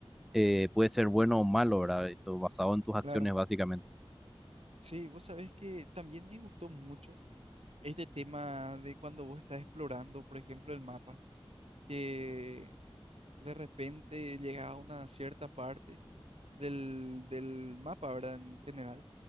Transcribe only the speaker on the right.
claro.
Sí, vos sabés que también me gustó mucho este tema de cuando vos estás explorando, por ejemplo, el mapa, que de repente llegas a una cierta parte del, del mapa, ¿verdad? En general